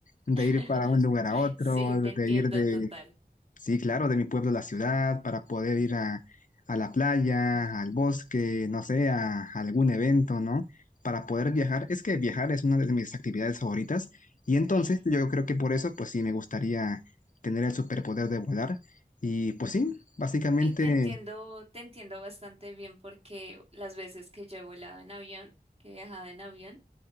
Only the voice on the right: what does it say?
<laughs>
Sí, te entiendo
total.
Sí.
Y te entiendo, te entiendo bastante bien porque las veces que yo he volado en avión, que he viajado en avión,